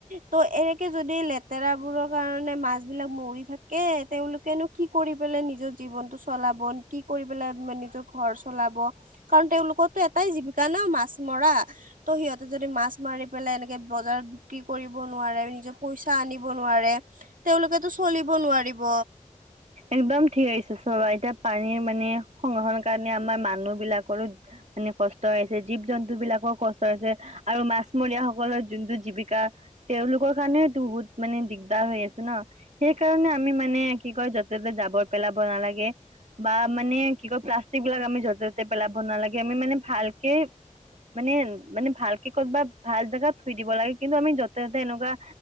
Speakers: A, on the right; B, on the right.
A: ত' এনেকে যদি লেতেৰাবোৰৰ কাৰণে মাছ বিলাক মৰি থাকে তেওঁলোকেনো কি কৰি পেলে নিজৰ জীৱনটো চলাব কি কৰি পেলাই নিজৰ ঘৰ চলাব কাৰণ তেওঁলোকৰো এটাই জীৱিকা ন মাছ মৰা ত সিহঁতে যদি মাছ মাৰি পেলাই এনেকে বজাৰত বিক্ৰী কৰিব নোৱাৰে নিজৰ পইচা মানিব নোৱাৰে তেওঁলোকেতো চলিব নোৱাৰিব
B: একদম ঠিক আহিছে এতিয়া পানীৰ মানে সংৰক্ষণ কাৰণে আমাৰ মানুহ বিলাকৰো মানে কষ্টছে জীৱ জন্তু বিলাকৰ কষ্ট আছে আৰু মাছমৰীয়াসকলৰ যোনটো জীৱিকা তেওঁলোকৰ কাৰণে বহুত মানে দিগদাৰ হৈ আছে ন সেই কাৰণে আমি মানে কি কয় য'তে ততে যাবৰ পেলাব নালাগে মানে কি কয় প্লাষ্টিক বিলাক আমি য'তে ত'তে পেলাব নালাগে আমি মানে ভালকে মানে মানে ভালকে ক'ত বা ভাল জেগাত থৈ দিব লাগে কিন্তু আমি য'তে যতে এনেকুৱা